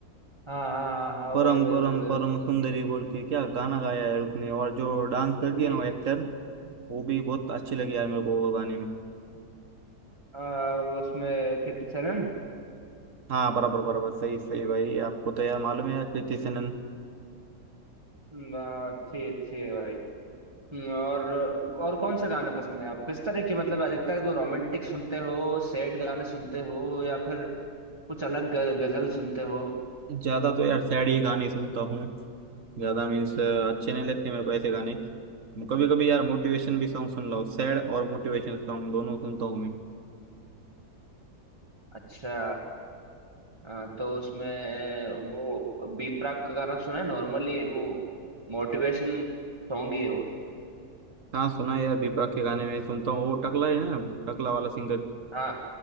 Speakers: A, on the right; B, on the right.
A: हाँ हाँ हाँ हाँ
B: परम
A: वही वही
B: परम
A: वही वही
B: परम
A: वही।
B: सुंदरी बोल के क्या गाना गाया है उसने और जो डांस करती
A: अब ये
B: है ना वो एक्टर वो भी बहुत अच्छी लगी यार मेरे को वो गाने में
A: आ, उसमें कीर्ति सेनन
B: हाँ बराबर बराबर सही सही भाई आपको तो यार मालूम है यार कृति सेनन
A: हम्म, हाँ, अच्छी अच्छी है भाई हम्म, और और कौन सा गाना पसंद है आप किस तरह की मतलब अधिकतर को रोमांटिक सुनते हो सैड गाने सुनते हो या फिर कुछ अलग ग- गजल सुनते हो
B: ज्यादा तो यार सैड ही गाने सुनता हूँ ज्यादा मीन्स अच्छे नहीं लगते मेरे को ऐसे गाने कभी कभी यार मोटिवेशन भी सॉन्ग सुन लो सैड और मोटिवेशन सॉन्ग दोनों सुनता हूँ मैं
A: अच्छा आ, तो उसमें वो बी प्राक का गाना सुना है नॉर्मली वो मोटिवेशन सॉन्ग ही है वो
B: हाँ सुना है यार दीपक के गाने में सुनता हूँ वो टकला है ना टकला वाला सिंगर
A: हाँ